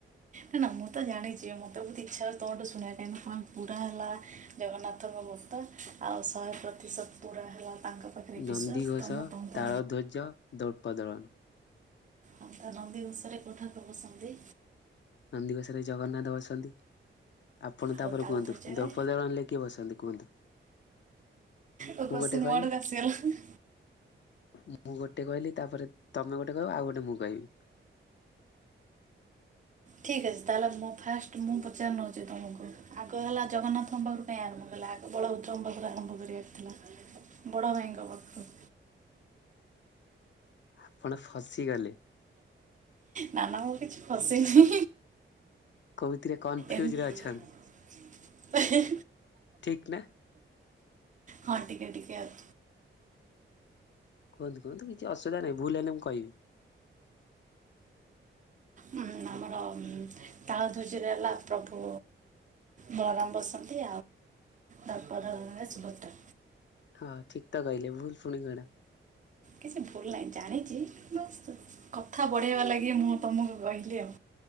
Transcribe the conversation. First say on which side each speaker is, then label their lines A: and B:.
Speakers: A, on the right (about 40°); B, on the left (about 60°).
A: ନାଇଁ ନା ମୁଁ ତ ଜାଣିଚି ମତେ ବହୁତ ଇଚ୍ଛାତମଠୁ ଶୁଣିବାପାଇଁ <unintelligible> ପୁରା ହେଲା ଜଗନ୍ନାଥଙ୍କ ବ୍ରତ୍ତ ଆଉ ଶହେ ପ୍ରତିଶତ ପୁରା ହେଲା ତାଙ୍କ ପାଖରେ ବିଶ୍ୱାସ
B: ନନ୍ଦିଘୋଷ
A: ତ ମୁଁ ତମକୁ
B: ତାଳଧ୍ୱଜ ଦଳ୍ପ ଦଳ।
A: <unintelligible> ନନ୍ଦୀଘୋଷରେ କୋଉ ଠାକୁର ବସନ୍ତି?
B: ନନ୍ଦୀଘୋଷରେ ଜଗନ୍ନାଥ ବସନ୍ତି। ଆପଣ ତାପରେ
A: ଆଉ ତାଳ
B: କୁହନ୍ତୁ
A: ଧ୍ୱଜାରେ
B: ଦଳପଦଳନରେ କିଏ ବସନ୍ତି କୁହନ୍ତୁ?
A: ଓ
B: ମୁଁ
A: କ୍ୱେସଚିନ
B: ଗୋଟେ କହିବି
A: ମୋ ଆଡକୁ ଆସିଗଲା।
B: ମୁଁ ଗୋଟେ କହିଲି ତାପରେ ତମେ ଗୋଟେ କହିବ ଆଉ ଗୋଟେ ମୁଁ କହିବି।
A: ଠିକ୍ ଅଛି ତାହେଲେ ମୁଁ ଫାଷ୍ଟ ମୁଁ ପଚାରି ନଉଛି ତମକୁ। ଆଗ ହେଲା ଜଗନ୍ନାଥଙ୍କ ପାଖରୁ କାଇଁ ଆରମ୍ଭ କଲା ଆଗ ବଳଭଦ୍ରଙ୍କ ପାଖରୁ ଆରମ୍ଭ କରିବାର ଥିଲା। ବଡ ଭାଇଙ୍କ ପାଖରୁ।
B: ଆପଣ ଫସିଗଲେ।
A: ନାନା ମୁଁ କିଛି ଫସିନୀ।
B: କୋଉଥିରେ କନଫ୍ୟୁଜରେ
A: ଏମିତି
B: ଅଛନ୍ତି ଠିକ ନା।
A: ହଁ ଟିକେ ଟିକେ ଆଉ
B: କୁହନ୍ତୁ କୁହନ୍ତୁ କିଛି ଅସବିଧା ନାହିଁ ଭୁଲ ହେଲେ ମୁଁ କହିବି।
A: ଉଁ, ଆମର ତାଳ ଧୁଜିରେ ହେଲା ପ୍ରଭୁ ବଳରାମ ବାସନ୍ତୀ ତା ପର ରେ ସୁଭଦ୍ରା।
B: ହଁ ଠିକ ତ କହିଲେ ଭୁଲ ଶୁଣିକିନା।
A: କିଛି ଭୁଲ ନାହିଁ ଜାଣିଛି ବାସ କଥା ବଢ଼େଇବା ଲାଗି ମୁଁ ତୁମକୁ କହିଲି ଆଉ।